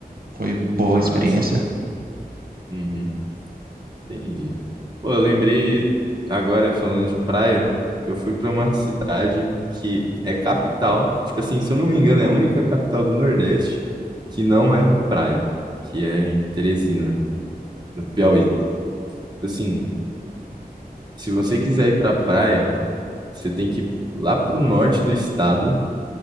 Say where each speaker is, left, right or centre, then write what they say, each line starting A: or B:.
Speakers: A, on the right; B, on the right.
A: Foi boa
B: Massa,
A: a experiência.
B: massa. Uhum. Entendi. Pô, eu lembrei agora falando de praia, eu fui pra uma cidade que é capital, tipo assim, se eu não me engano, é a única capital do Nordeste que não é praia, que é em Teresina, no Piauí. Tipo Assim, se você quiser ir pra praia, você tem que ir lá pro norte do estado,